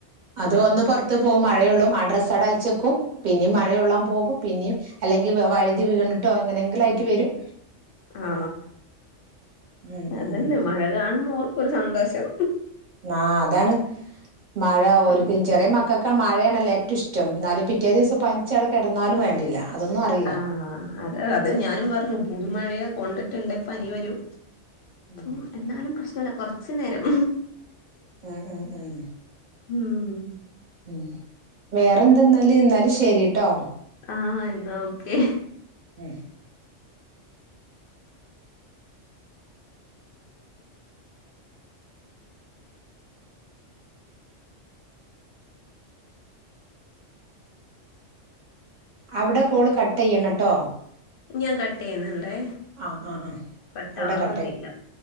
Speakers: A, on the right; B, on the left.
A: അത് വന്ന് പുറത്ത് പോകും മഴയള്ളൂ അഡ്രസ് അയച്ചെക്കും പിന്നേും മഴയള്ളാൻ പോകും പിന്നും അല്ലെങ്കിൽ വഴുതി വീണ്ടിട്ടോ എങ്ങനെ എങ്കിലയിട്ട് വരും
B: ആ,
A: ഉം
B: അതന്നെ
A: ഉം
B: മഴ കാണുമ്പോൾ ഓർക്കൊരു സന്തോഷം.
A: ആ അതാണ് മഴ ഒരിക്കും
B: പിന്നെ
A: ചെറിയ മക്ക മഴയാണല്ലേ ഏറ്റവും ഇഷ്ടം എന്നാല പിറ്റേ ദിവസം പനിച്ചവിടെ കിടന്നാലും വേണ്ടില്ല. അതൊന്നും അറിയില്ല
B: ആ, അത് അത് ഞാനും പറഞ്ഞു പുതുമഴയാ കൊണ്ടിട്ടുണ്ടേ പനി വരും.
A: ഉം
B: ഓ എന്നാലും പ്രശ്നല്ല കൊറച്ചു നേരം
A: ഉം, ഉം
B: ഉം
A: ഉം, വേറെന്തെന്നാല്. എന്നാലും ശരി കേട്ടോ.
B: ആ, എന്നാ ഓക്കെ
A: ഉം അവിടെ കോള് കട്ട് ചെയ്യണേട്ടോ
B: ഞാൻ കട്ട് ചെയ്യുന്നുണ്ടേ
A: ആ, ആ, ആ,.
B: കട്ടാവുന്നില്ല
A: അവിടെ കട്ടായി,